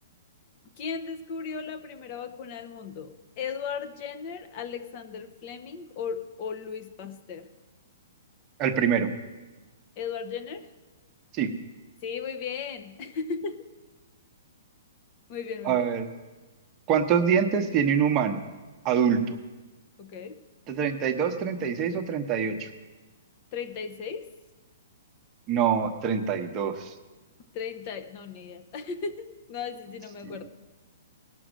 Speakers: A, on the left (about 35°); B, on the right (about 25°).
A: ¿Quién descubrió la primera vacuna del mundo? ¿Edward Jenner, Alexander Fleming o, o Louis Pasteur?
B: Al primero.
A: ¿Edward Jenner?
B: Sí.
A: Sí, muy bien. <laughs> Muy bien, muy
B: A
A: bien.
B: ver, ¿cuántos dientes tiene un humano adulto?
A: Ok.
B: treinta treinta y dos, treinta y seis o 38?
A: ¿36?
B: No, 32.
A: 30, y- no, ni idea. <laughs> No, sí, sí,
B: Sí.
A: no me acuerdo.